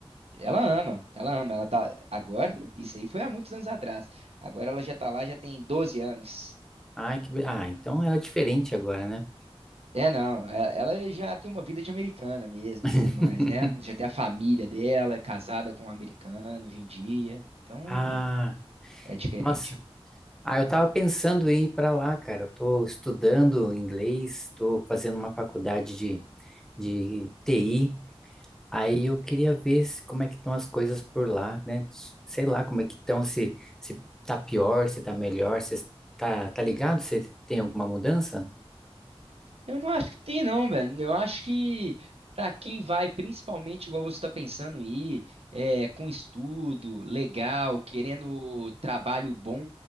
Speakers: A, on the right; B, in the centre.
A: ela ama, ela ama, ela tá agora, isso aí foi há muitos anos atrás. Agora ela já tá lá, já tem 12 anos.
B: Ai, que... be- Ah, então ela é diferente agora, né?
A: É, não, e- ela já tem uma vida de americana mesmo
B: <laughs>
A: e tudo mais, né? Já tem a família dela, é casada com um americano hoje em dia, então
B: Ah,
A: é diferente.
B: nossa. Ah, eu tava pensando em ir pra lá, cara. Eu tô estudando inglês, tô fazendo uma faculdade de, de TI. Aí eu queria ver se- como é que estão as coisas por lá, né? Sei lá como é que estão, se, se tá pior, se tá melhor, se tá, tá ligado, se tem alguma mudança?
A: Eu não acho que tem, não, velho. Eu acho que pra quem vai, principalmente igual você tá pensando em ir, é, com estudo, legal, querendo trabalho bom